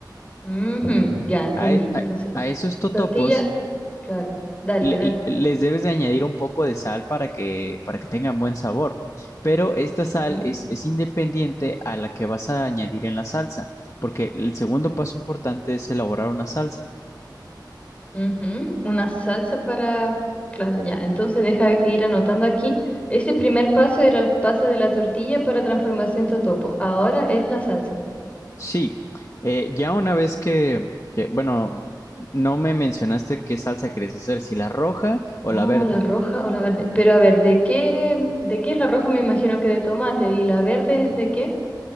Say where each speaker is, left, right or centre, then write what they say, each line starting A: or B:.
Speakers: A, on the left; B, on the left.
A: Ujú, ya, entendí.
B: A, e- a-
A: Entonces,
B: a esos totopos
A: tortilla, claro, dale,
B: le-
A: dale.
B: les debes de añadir un poco de sal para que, para que tengan buen sabor. Pero esta sal
A: Ujú.
B: es, es independiente a la que vas a añadir en la salsa, porque el segundo paso importante es elaborar una salsa.
A: Ujú, Una salsa para... Claro, ya. Entonces deja ir anotando aquí. Ese primer paso era el pase de la tortilla para transformarse en totopo. Ahora es la salsa.
B: Sí, eh, ya una vez que, que, bueno, no me mencionaste qué salsa querías hacer, si la roja o
A: Ah,
B: la verde.
A: la roja o la verde. Pero a ver, ¿de qué, de qué es la roja? Me imagino que de tomate. ¿Y la verde es de qué?